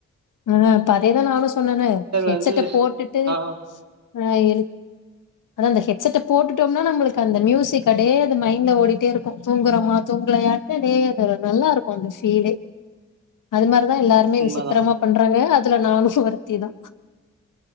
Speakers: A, on the left (about 65°); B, on the right (about 50°).
A: ஆ இப்ப அதேதா நானு சொன்னனே ஹெட்செட்ட
B: வந்து
A: போட்டுட்டு
B: ஆ
A: அ எழு அதா அந்த ஹெட்செட்ட போட்டுட்டோம்னா நம்மளுக்கு அந்த மியூசிக் அடே அது மைண்ட்ல ஓடிட்டேருக்கு தூங்குறோமா தூங்லயா <unintelligible> நல்லாருக்கு அந்த ஃபீலே அது மாரி தா எல்லாருமே
B: உண்மதான்.
A: விசித்ரமா றாங்க அதுல நானு ஒருத்திதா